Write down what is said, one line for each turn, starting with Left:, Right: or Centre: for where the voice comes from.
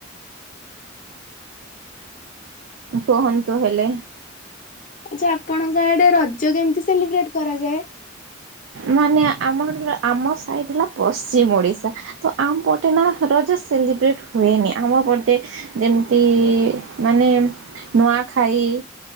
Right: କୁହନ୍ତୁ ହେଲେ।
Left: ଆଚ୍ଛା ଆପଣଙ୍କ ଆଡେ ରଜ କେମିତି ସେଲିବ୍ରେଟ କରାଯାଏ?
Right: ମାନେ ଆମ ଆମ ସାଇଡ ହେଲା ପଶ୍ଚିମ ଓଡିଶା ତ ଆମପଟେ ନା ରଜ ସେଲିବ୍ରେଟ ହୁଏନି। ଆମ ପଟେ ଯେମିତି ମାନେ ନୂଆ ଖାଇ